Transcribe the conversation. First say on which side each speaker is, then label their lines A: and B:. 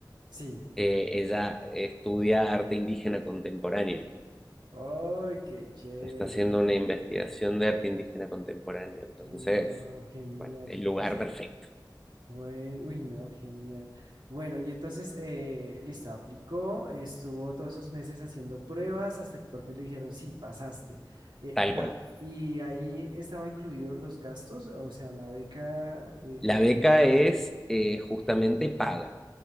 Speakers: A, on the right; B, in the centre.
A: sí.
B: eh, ella estudia arte indígena contemporáneo.
A: ¡Ay, qué chévere!
B: Está haciendo una investigación de arte indígena contemporáneo. Entonces,
A: No, genial.
B: bueno, el lugar perfecto,
A: Bueno, uy, no, genial. Bueno, y entonces, eh, listo, aplicó, estuvo todos esos meses haciendo pruebas hasta que por fin le dijeron, sí, pasaste. Eh,
B: tal
A: la,
B: cual.
A: y ahí estaba incluido los gastos, o sea, la beca eh,
B: La beca
A: era,
B: es eh, justamente paga.